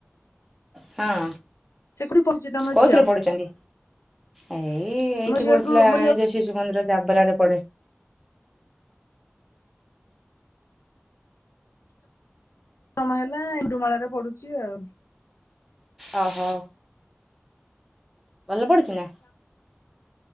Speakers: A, in the centre; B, on the left (about 85°).
A: ହଁ।
B: <unintelligible>
A: କୋଉଥିରେ ପଢୁଛନ୍ତି? ଏଇ ଏଇଠି
B: ମୋ ଝିଅକୁ
A: ପଡୁଥିଲା
B: ମୋ
A: ଏଇ
B: ଝିଅ
A: ଯୋଉ ଶିଶୁ ମନ୍ଦିର ଯାବେରା ଆଡେ ପଡି ଥିଲା।
B: ସପ୍ତମ ହେଲା ଏଣ୍ଡୁମାଳାରେ ପଡୁଛି ଆଉ।
A: ଓ ହୋ। ଭଲ ପଡ଼ୁଛି ନା?